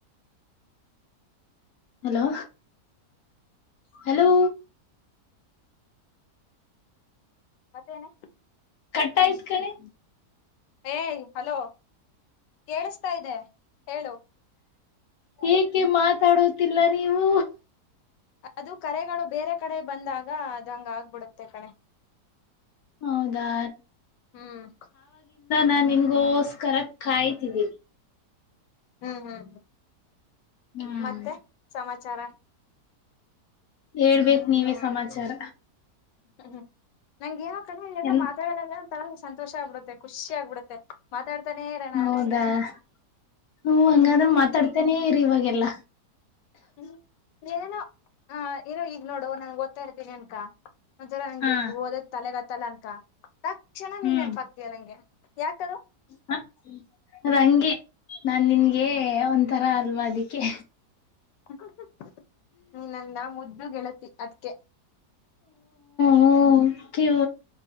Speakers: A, on the left (about 65°); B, on the left (about 90°).
A: ಹಲೋ ಹಲೋ
B: ಮತ್ತೇನೆ
A: ಕಟ್ಟಾಯ್ತ ಕಣೆ
B: ಏ ಹಲೋ ಕೇಳಿಸ್ತಾ ಇದೆ ಹೇಳು
A: ಏಕೆ ಮಾತಾಡುತ್ತಿಲ್ಲ ನೀವು
B: ಅದು ಕರೆಗಳು ಬೇರೆ ಕಡೆ ಬಂದಾಗ ಅದು ಹಂಗ ಆಗ್ಬಿಡುತ್ತೆ ಕಣೆ
A: ಹೌದಾ
B: ಹ್ಮ್
A: ನಾ ನಿನ್ಗೋಸ್ಕರ ಕಾಯ್ತಿದ್ದೀನಿ
B: ಹ್ಮ್ ಹ್ಮ್ ಹ್ಮ್
A: ಹ್ಮ್
B: ಮತ್ತೆ ಸಮಾ ಚಾರ
A: ಹೇಳ್ಬೇಕೇಕ್ ನೀವ ಸಮಾಚಾರ
B: ಹ್ಮ ಹ್ಮ ನಂಗಯ
A: ಎನ್
B: ಅ ಮಾತಡದ್ರ ಸ ಸಂತೋಷ ಆಗ್ಬಿಡುತ್ತೆ ಖುಷಿ ಆಗ್ಬಿಡುತ್ತೆ ಮಾತಾಡ್ತಾನೆ ಇರೋಣ
A: ಹೌದಾ
B: ಅನ್ಸುತ್ತೆ
A: ಹ ಹಂಗಾದ್ರೆ
B: ಹ್ಮ್
A: ಮಾತಾಡ್ತೇನೆೇ ಇರಿ ಇವಾಗೆಲ್ಲ
B: ಹ್ಮ್ ಏನೋ ಹ ಏನೋ ಈಗ್ ನೋಡುುವ ನನ್ಗೆ ಓದ್ತಾ ಇರ್ತೀನಿ ಅನ್ಕ ಒಂದ್ಸಲ ಹಂಗೆ
A: ಹಾ
B: ಇ ಓದದ್ ತಲೆಗತ್ತ ತಲಂಕ ತಕ್ಷಣ ನೆನಪಾಗ್ತಿಯ
A: ಹ್ಮ್
B: ನಂಗೆ. ಯಾಕ
A: ಹ ಅದಂಗೆ ನಾ ನಿನ್ಗೆ ಒಂಥರ ಅಲ್ವದಿಕ್ಕೆ
B: ಹ ನಿ ನನ್ನ ಮುದ್ದು ಗೆಳತಿ ಅದಕ್ಕೆ
A: ಹ್ಮ್ಮ್ ಕ್ಯೂ